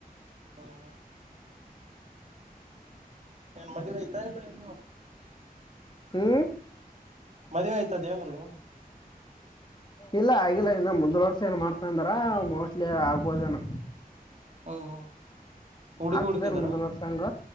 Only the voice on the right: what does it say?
ಹ್ಮ್ ಹ್ಮ್ ಏನ್ ಮದುವೆ ಆಯ್ತಾ ಇಲ್ಲ ಏ
ಮದುವವೆೆ ಆಯ್ತ ದೇವೇಂದ್ರಗನು
ಹಾಂ ಹಾ ಹುಡುಗಿ
ಹುಡುಗಿಿದಾರಾ